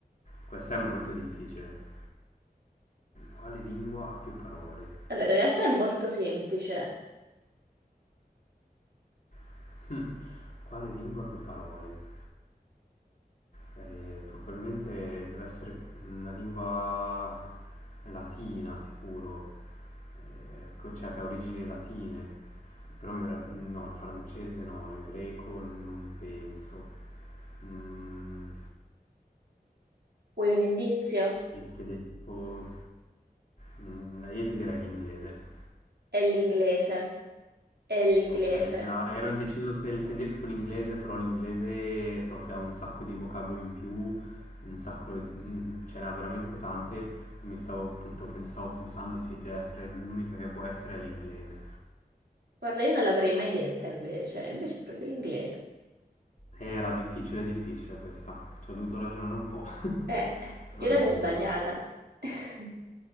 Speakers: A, on the left (about 50°); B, on the right (about 80°).
A: questa è molto difficile. Quale lingua ha più parole?
B: Allora, in realtà è molto semplice.
A: <laughs> Quale lingua ha più parole? Ehm, probabilmente deve essere una lingua latina sicuro, ehm, co cioè che ha origini latine, però mi verreb no, il francese no, il greco non penso, mhmm,
B: Vuoi un indizio?
A: il tedesco, mhmm, io ti direi l'inglese.
B: È l'inglese. È l'inglese.
A: Ok, era- ero indeciso se il tedesco o l'inglese, però l'inglese so che ha un sacco di vocaboli in più, un sacco, mm, ce n'ha veramente tante, mi stavo appunto pen- stavo pensando sì, deve essere l'unica che può essere è l'inglese.
B: Guarda, io non l'avrei mai detta invece, invece è proprio l'inglese.
A: Era difficile, difficile questa, ci ho dovuto ragionare un po'. <laughs>
B: Eh,
A: Allora,
B: io l'avrei sbagliata. <laughs>